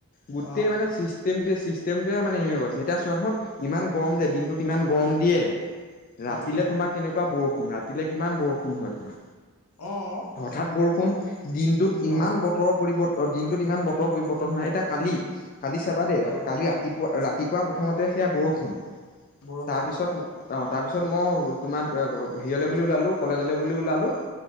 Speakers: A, on the left; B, on the left.
A: গোটেই
B: অ',
A: মানে, চিষ্টেমটো? চিষ্টেমটোৱে মানে হেৰি গৈছে, এতিয়া চোৱা চোন? ইমান গৰম যে,
B: অ',
A: দিনটোত ইমান? গৰম দিয়ে? ৰাতিলে
B: উম, উম,
A: তোমাৰ কেনেকুৱা বৰষুণ। বৰষুণ ৰাতিলে কিমান বৰষুণ হয় তোমাৰ?
B: অ',
A: হঠাৎ বৰষুণ। দিনটোত,
B: হয়
A: ইমান বতৰৰ পৰিৱৰ্তন? অ' দিনটোত ইমান বতৰ পৰিৱৰ্তন হয়, এতিয়া কালি? কালি চাবা দেই,
B: অ',
A: কালি ৰাতিপুৱা? ৰাতিপুৱা প্ৰথমতে সেয়া বৰষুণ?
B: বৰষুণ
A: তাৰ পিছত,
B: অ',
A: অ', তাৰপিছত মই তোমাৰ হেৰিয়লৈ বুলি ওলালোঁ কলেজলৈ বুলি, ওলালোঁ?